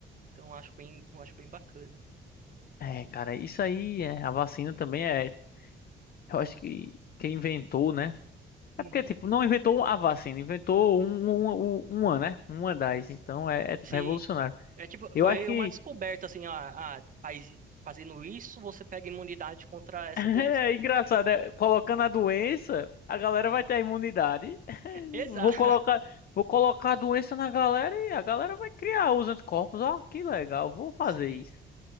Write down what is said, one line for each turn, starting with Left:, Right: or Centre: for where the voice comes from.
Right: então eu acho bem, eu acho bem bacana.
Left: É, cara, isso aí, é, a vacina também é. Eu acho que quem inventou, né? É
Right: Uhum.
Left: porque, tipo, não inventou a vacina, inventou um, um, um- uma, né? Uma das. Então é, é, tipo,
Right: Se,
Left: revolucionário.
Right: é tipo,
Left: Eu
Right: foi
Left: acho que
Right: uma descoberta, assim, ah, ah, faz, fazendo isso, você pega imunidade contra essa
Left: <laughs> é
Right: doença.
Left: engraçado, é, colocando a doença, a galera vai ter a imunidade. <laughs>
Right: <laughs> Exato!
Left: Vou colocar, vou colocar a doença na galera e a galera vai criar os anticorpos. Ó, que legal, vou fazer
Right: Se,
Left: isso.